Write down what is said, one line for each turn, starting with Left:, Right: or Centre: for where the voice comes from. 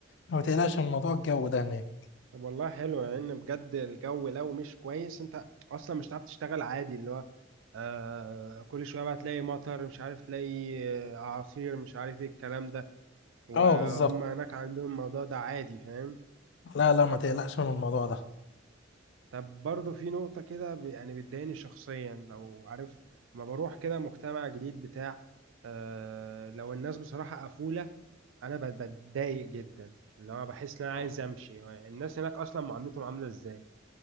Left: ما تقلقش من موضوع الجو ده هناك
Right: طب والله حلو لان يعني بجد الجو لو مش كويس انت اصلا مش هتعرف تشتغل عادي اللي هو آه كل شوية بقى تلاقي مطر مش عارف تلاقي آه، اعاصير مش عارف ايه الكلام ده وهم
Left: اه بالظبط
Right: هناك عندهم الموضوع ده عادي فاهم
Left: لا لا ما تقلقش من الموضوع
Right: طب برضه في نقطة كده ب- يعني بتضايقني شخصيا لو عارف ما بروح كده مجتمع جديد بتاع آه لو الناس بصراحة قفولة أنا بت- بتضايق جدا اللي هو بحس إن أنا
Left: ده
Right: عايز أمشي الناس هناك أصلا معاملتهم عاملة إزاي